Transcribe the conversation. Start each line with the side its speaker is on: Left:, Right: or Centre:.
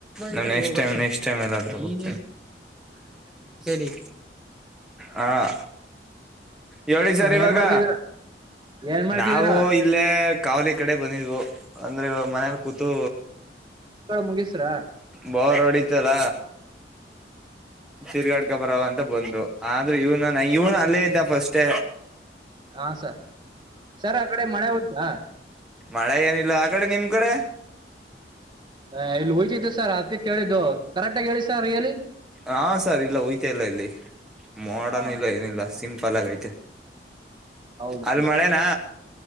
Centre: ನಾ ನೆಕ್ಟ್ ಟೈಮ್ ನೆಕ್ಸ್ಟ್ ಟೈಮ್ ಎಲ್ಲಾದ್ರೂ ಹೋಗ್ ಲಿ ಹಾ ಹೇಳಿ ಸರ್ ಇವಾಗ
Right: ಏನ್ ಮಾಡ್ತಿದೀರ ಏನ್ ಮಾಡ್ತಿದೀರಾ
Centre: ನಾವು ಇಲ್ಲೇ ಕಾವಲಿ ಕಡೆ ಬಂದಿದ್ವು ಅಂದ್ರೆ ಮನೇಲಿ ಕೂತು
Right: ಡ ಮುಗಿಸ್ರ
Centre: ಬೋರ್ ಹೊಡಿತಲ್ಲ ಸಿರ್ಗಾಡ್ಕ ಬರವ ಅಂತ ಬಂದು ಆದ್ರೆ ಇವ್ ಾನ ಇವ್ನು ಅಲ್ಲೇ ಇದ್ದ ಫಸ್ಟ್ೇ
Right: ಹಾ ಸರ್ ಸರ್ ಆ ಕಡೆ ಮಳೆ ದಾ
Centre: ಮಳೆ ಏನಿಲ್ಲ ಆ ಕಡೆ ನಿಮ್ ಕಡೆ
Right: ಹ ಇಲ್ಲಿ ಹಯ್ತತ್ತು ಸರ್ ಅದ್ಕ್ಕೆ ಕೇಳಿದ್ದು ಕರೆಕ್ಟ್ ಆಗ ಹೇಳಿ ಸರ್ ರಿಯಲಿ
Centre: ಹಾ ಸರ್ ಇಲ್ಲ ಹಯ್ತ ಇಲ್ಲ ಇಲ್ಲಿ ಮಾಡನ್
Right: ಹಾ
Centre: ಇಲ್ಲ ಏನಿಲ್ಲ ಸಿಂಪಲ್ ಆಗೈತೆ
Right: ಹೌದು
Centre: ಅಲ್ ಮಳೆನಾ